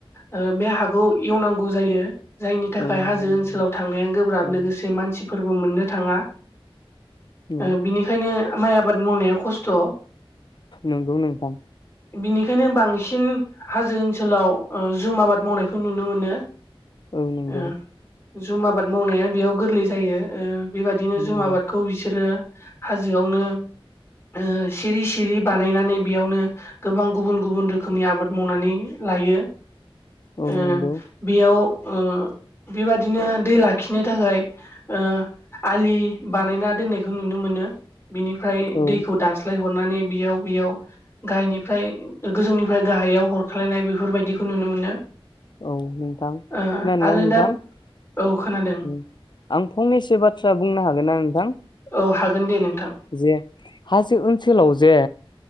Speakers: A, on the left; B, on the left.
A: ओ बे हाखौ एवनांगौ जायो जायनि थाखाय
B: औ नंगौ
A: हाजो ओनसोलाव
B: नंगौ
A: थांनाया गोब्राब
B: औ
A: लोगोसे मानसि फोरबो मोननो थाङा
B: औ
A: ओ बिनिखायनो माइ आबाद मावनाया खस्थ'
B: नंगौ नोंथां
A: बिनिखायनो बांसिन हाजो ओनसोलाव ओ जुम आबाद मावनायखौ नुनो मोनो
B: औ नंगौ
A: ओ जुम आबाद मावनाया बेयाव गोरलै जायो ओ बेबायदिनो जुम
B: नंगौ
A: आबादखौ बिसोरो हाजोआवनो ओ सिरि सिरि बानायनानै बेयावनो गोबां गुबुन गुबुन रोखोमनि आबाद मावनानै लायो
B: औ
A: ओ
B: नंगौ
A: बेयाव ओ बेबादिनो दै लाखिनो थाखाय ओ आलि बानायना दोननायखौ नुनो मोनो बिनिफ्राय
B: औ
A: दैखौ दानस्लायहरनानै बेयाव बेयाव गाहायनिफ्राय गोजौनिफ्राय गाहायाव हरख्लायनाय बेफोरबायदिखौ नुनो मोनो
B: औ नोंथां
A: ओ
B: खोनादोंना
A: आरो
B: नोंथां?
A: दा औ खोनादों
B: आं फंनैसो बाथ्रा बुंनो हागोनना नोंथां?
A: औ हागोन दे नोंथां
B: जे हाजो ओनसोलाव जे